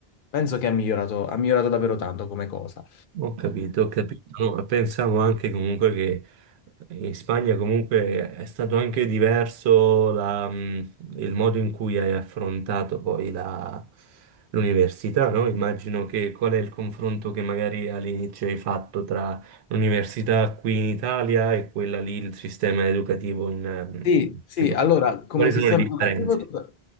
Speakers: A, on the left; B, on the right.
A: penso che ha migliorato, ha migliorato davvero tanto come cosa.
B: Ho capito, ho capito. No, pensavo anche comunque che in Spagna comunque è stato anche diverso la, mh, il modo in cui hai affrontato poi la- l'università, no? Immagino che qual è il confronto che magari all'inizio hai fatto tra l'università qui in Italia e quella lì, il sistema educativo in... mh,
A: Sì, sì,
B: cioè, boh,
A: allora, come
B: quali
A: sistema
B: sono le differenze?
A: educativo, to-